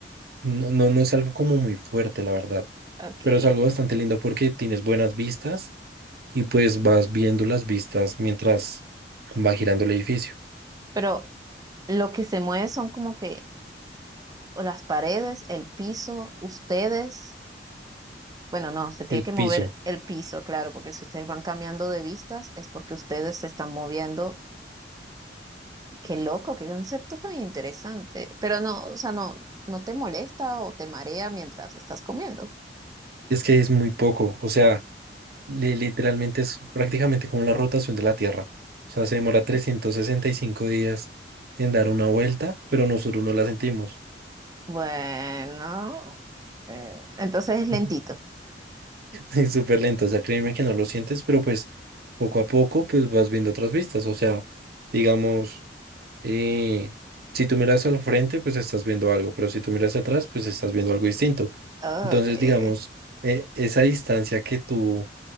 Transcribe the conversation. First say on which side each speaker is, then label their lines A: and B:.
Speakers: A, on the right (about 60°); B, on the right (about 20°).
A: no, no, no es algo como muy fuerte, la verdad,
B: ok.
A: pero es algo bastante lindo porque tienes buenas vistas y pues vas viendo las vistas mientras va girando el edificio,
B: Pero lo que se mueve son como que o las paredes, el piso, ustedes. Bueno, no, se tiene
A: el
B: que mover
A: piso.
B: el piso, claro, porque si ustedes van cambiando de vistas es porque ustedes se están moviendo. Qué loco, qué concepto tan interesante. Pero no, o sea, no, no te molesta o te marea mientras estás comiendo.
A: Es que es muy poco, o sea, li- literalmente es prácticamente como la rotación de la Tierra. O sea, se demora 365 días en dar una vuelta, pero nosotros no la sentimos.
B: Bueno, eh, entonces es lentito.
A: <laughs> Es súper lento, o sea, créeme que no lo sientes, pero pues poco a poco pues vas viendo otras vistas, o sea, digamos... eh, si tú miras al frente, pues estás viendo algo, pero si tú miras atrás, pues estás viendo algo distinto.
B: Ah,
A: Entonces,
B: ok, ok.
A: digamos, eh, esa distancia que tú,